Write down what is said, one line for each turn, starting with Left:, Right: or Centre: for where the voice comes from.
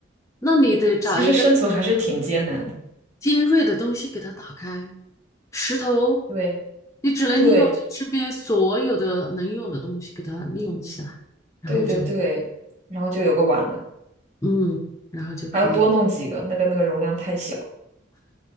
Left: 那你得找一个
Right: 其实生存还是挺艰难的。
Left: 尖锐的东西给它打开。石头，
Right: 对
Left: 你只能利用就身边所有的能用的东西给它利用起来，
Right: 对
Left: 然后就
Right: 对对对，然后就有个碗了，
Left: 嗯，然后就可以
Right: 还要多弄几个，那个那个容量太小，